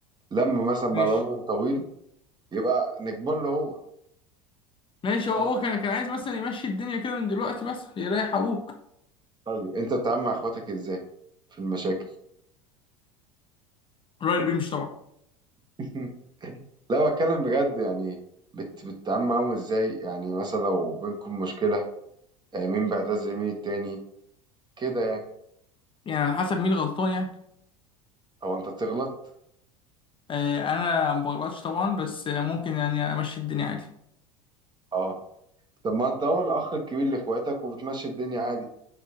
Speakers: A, on the right (about 25°); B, on the left (about 30°).
A: لما مثلا
B: ماشي
A: بعد عمر طويل يبقى نكبر له
B: ماشي هو
A: هو
B: هو كان كان عايز مثلا يمشي الدنيا كده من دلوقتي بس يريح ابوك
A: طيب انت بتتعامل مع اخواتك ازاي في المشاكل
B: الراجل اللي بيمشي طبعا
A: <laughs> لا بتكلم بجد يعني بت... بتتعامل معاهم ازاي يعني مثلا لو بينكم مشكلة آه، مين بيعتز مين التاني كده يعني
B: يعني على حسب مين غلطان يعني
A: او انت بتغلط
B: آه انا ما بغلطش طبعا بس آه، ممكن يعني امشي الدنيا عادي
A: اه طب ما انت هو الاخ الكبير لاخواتك وبتمشي الدنيا عادي